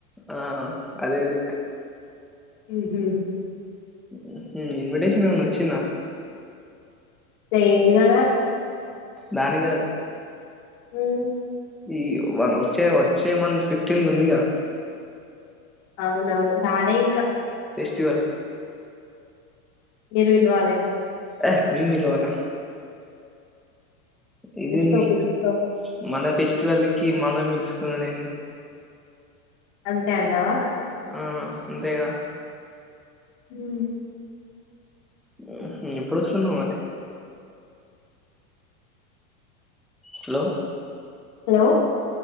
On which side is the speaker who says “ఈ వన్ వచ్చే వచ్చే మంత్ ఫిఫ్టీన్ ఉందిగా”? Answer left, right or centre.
Centre